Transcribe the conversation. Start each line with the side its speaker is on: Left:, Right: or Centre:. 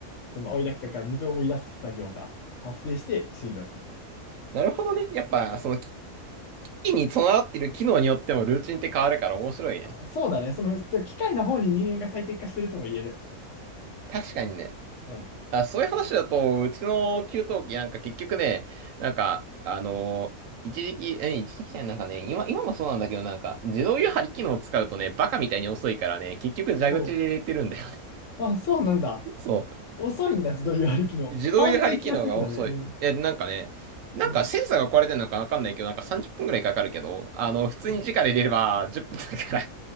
Left: その追い出し機から水を追い出す作業が発生して終了する。
Right: なるほどね。やっぱ、その菌に備わってる機能によってもルーチンって変わるから面白いね。
Left: あ、そうだね。その、機械の方に人間が最適化してるとも言える。
Right: 確かにね。
Left: うん。
Right: あ、そういう話だと、うちの給湯器なんか結局ね、なんか、あのー一時期、え、一時期じゃないなんかね、今、今もそうなんだけど、なんか、自動湯張り機能を使うとね、バカみたいに遅いからね、結局蛇口で入れてるんだよね
Left: おう。あ、そうなんだ。
Right: そ
Left: 遅いんだ、自動湯割り機能。
Right: う。自動湯張り機能が遅い。
Left: 変わんない気がするけどね。うん。
Right: え、なんかね、なんかセンサーが壊れてるのかわかんないけど、
Left: う
Right: なんか30分くらいかかるけど、あの、普通に直で入れれば10分だか
Left: ん。